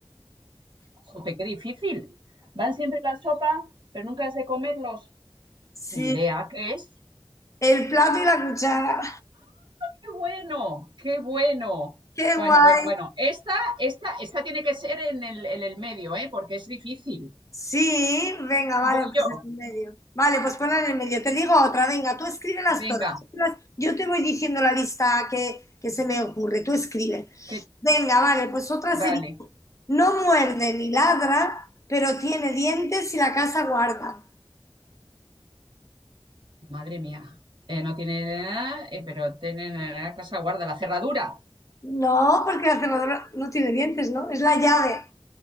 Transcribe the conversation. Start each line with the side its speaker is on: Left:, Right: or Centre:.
Right: Jope, qué difícil. Van siempre la sopa, pero nunca es de comerlos.
Left: Sí,
Right: Ni idea qué es.
Left: el plato y la cuchara.
Right: Qué bueno, qué bueno.
Left: <laughs> ¡Qué
Right: Bueno,
Left: guay!
Right: bueno, bueno. Esta, esta, esta tiene que ser en el, en el medio, ¿eh? Porque es difícil.
Left: Sí, venga, vale,
Right: Voy yo.
Left: pues en el medio. Vale, pues ponla en el medio. Te digo otra, venga, tú escríbelas
Right: Venga,
Left: todas. escríbelas. Yo te voy diciendo la lista que, que se me ocurre, tú escribe.
Right: que
Left: Venga, vale, pues otra
Right: vale.
Left: sería, no muerde ni ladra, pero tiene dientes y la casa guarda.
Right: Madre mía. Eh, no tiene nada, eh, pero tiene la casa guarda, la cerradura.
Left: No, porque la cerradura no tiene dientes, ¿no? Es la llave.